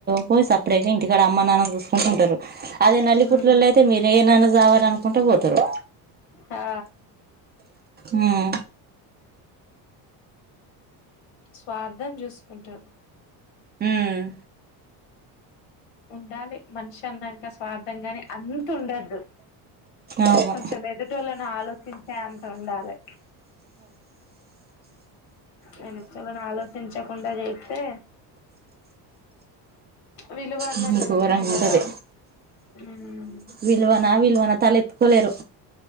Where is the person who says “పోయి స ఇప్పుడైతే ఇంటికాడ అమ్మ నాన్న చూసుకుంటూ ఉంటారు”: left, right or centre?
Right